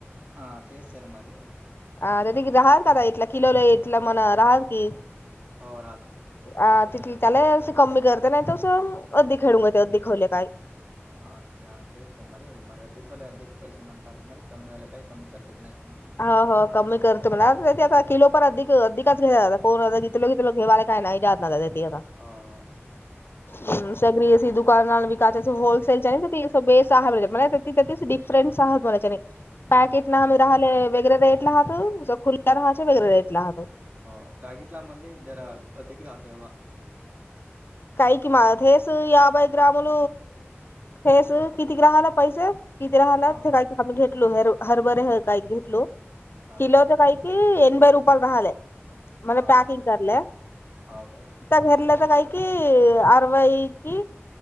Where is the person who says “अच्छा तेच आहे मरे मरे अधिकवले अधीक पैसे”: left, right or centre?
Right